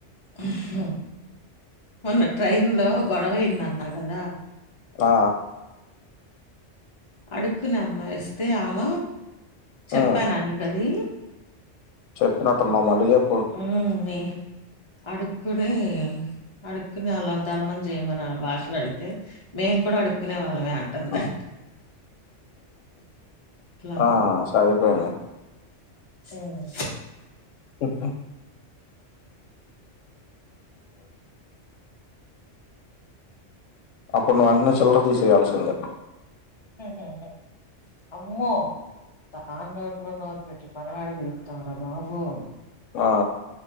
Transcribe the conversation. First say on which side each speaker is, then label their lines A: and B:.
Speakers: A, on the left (about 35°); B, on the left (about 85°).
A: ఉమ్ మొన్న ట్రైన్ లో గొడవైందన్న కదా
B: ఆ
A: అడుకునే అమ్మా వస్తే ఆమ చెప్పాననీకది
B: ఉ చెప్పినట్టున్నవ్ మళ్ళీ ఎప్పు
A: ఉమ్ అడుకుడ అడుక్కునే వాళ్ళం ధర్మం చేయమని వాళ్ళ భాషలు అడిగితే మేము కూడా అడుక్కునే వాళ్ళమే అం టన్ది
B: ఉమ్.
A: ఆమ
B: ఆ సరిపోయింది
A: ఉమ్
B: ఉమ్ అప్పుడు నువన్న చిల్లర తీసేయయాల్సిందే
A: ఉహ్హ్ అమ్మో దా నో ఇట్లో నోనె పెట్టి మనవాడికి చేస్తావురా బాబు
B: ఆ